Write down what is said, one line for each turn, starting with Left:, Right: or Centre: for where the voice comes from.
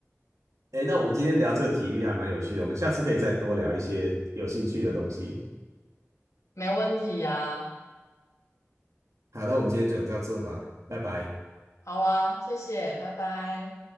Right: 哎，那我们今天聊这个体育还蛮有趣的，我们下次可以再多聊一些有兴趣的东西。
Left: <laughs> 没问题呀、
Right: 好，那我们今天就到这吧，拜拜。
Left: 好啊，谢谢，拜拜。